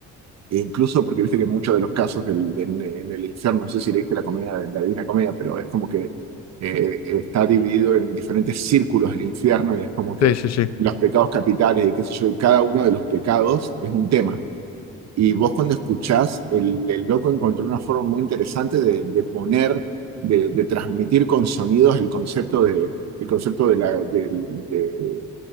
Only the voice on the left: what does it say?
Sí, sí, sí.